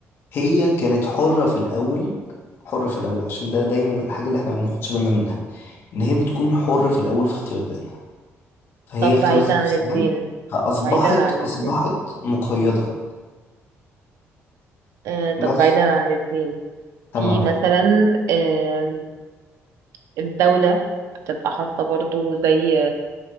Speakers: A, on the left; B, on the right.
A: هي كانت حرة في الأول حرة في الأول عشان ده دايما الحاجة اللي احنا ما بناخدش بالنا منها إن هي بتكون حرة في الأول في اختيار دينها فهي
B: طب
A: اختارت
B: بعيدا
A: الإسلام
B: عن الدين
A: فأصبحت
B: بعيدا عن
A: أصبحت
B: الدين
A: مقيدة
B: آه طب
A: بس
B: بعيدا عن الدين
A: تمام
B: في مثلا آه الدولة بتبقى حاطة برضو زي